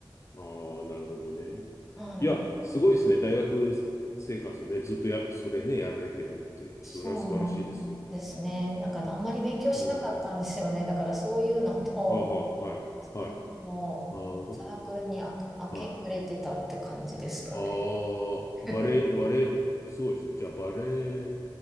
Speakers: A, on the left; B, in the centre.
A: ああ、なるほどね。
B: はい。
A: いや、すごいですね。大学生活ね、ずっとや、それね、やられてるって、それは素晴らしいですよ。
B: そうなんですね。なんかあんまり勉強しなかったんですよね。
A: うん。
B: だからそういうのと、
A: あは、はい、
B: そういうのも、
A: はい。なるほど。
B: サークルにあ明け暮れてたって感じですかね。
A: はい。ああ、
B: <laughs>
A: バレー、バレー、すごいですね。じゃあ、バレー、